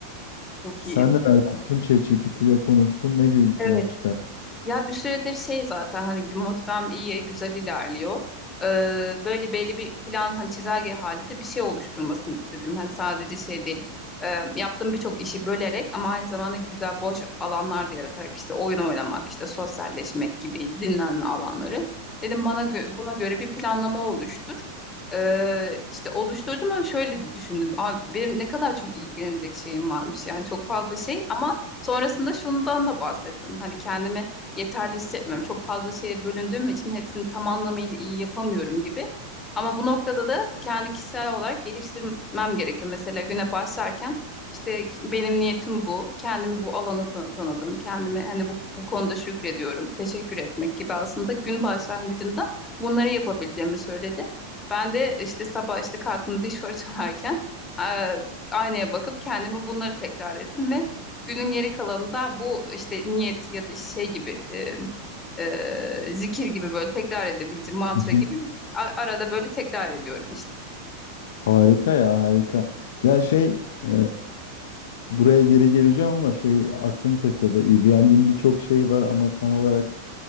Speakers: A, on the left (about 15°); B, on the left (about 55°).
A: Çok
B: Sen
A: iyi.
B: neler yaptın? ChatGPT ile konuştun. Ne gibi bir plan
A: Evet.
B: çıkarttın?
A: Ya bir süredir şey zaten hani motivem iyi, güzel ilerliyor. Ee, böyle belli bir plan hani çizelge halinde bir şey oluşturmasını istedim. Hani sadece şey değil. e, yaptığım birçok işi bölerek ama aynı zamanda güzel boş alanlar da yaratarak işte oyun oynamak, işte sosyalleşmek gibi dinlenme alanları. Dedim bana gö- buna göre bir planlama oluştur. Ee, işte oluşturdum ama şöyle düşündüm. Abi, benim ne kadar çok ilgilenecek şeyim varmış yani çok fazla şey ama sonrasında şundan da bahsettim. Hani kendimi yeterli hissetmiyorum. Çok fazla şeye bölündüğüm için hepsini tam anlamıyla iyi yapamıyorum gibi. Ama bu noktada da kendi kişisel olarak geliştirmem gerekiyor. Mesela güne başlarken işte benim niyetim bu. Kendimi bu alana tan- tanıdım. Kendime hani bu, bu konuda şükrediyorum. Teşekkür etmek gibi aslında gün başlangıcında bunları yapabileceğimi söyledi. Ben de işte sabah işte kalktım diş fırçalarken eee, aynaya bakıp kendime bunları tekrar ettim ve Günün geri kalanında bu işte niyet ya da işte şey gibi e, e, zikir gibi böyle tekrar edebileceğim mantra
B: Hı hı.
A: gibi a- arada böyle tekrar ediyorum işte.
B: Harika ya, harika. Ya şey, e, buraya geri geleceğim ama şey aklım takıldı. İlgilendiğim birçok şey var ama tam olarak